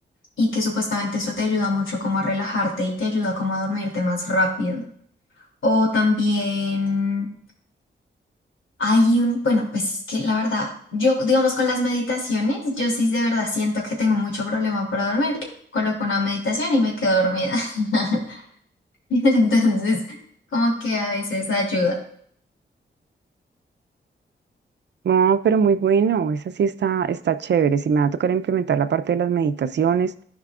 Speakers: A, on the left; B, on the right.
A: Y que supuestamente eso te ayuda mucho como a relajarte y te ayuda como a dormirte más rápido. O también... Hay un, bueno, pues es que la verdad, yo digamos con las meditaciones, yo sí de verdad siento que tengo mucho problema para dormir. Coloco una meditación y me quedo dormida. <laughs> Entonces, como que a veces ayuda.
B: No, pero muy bueno, esa sí está, está chévere. Si me va a tocar implementar la parte de las meditaciones,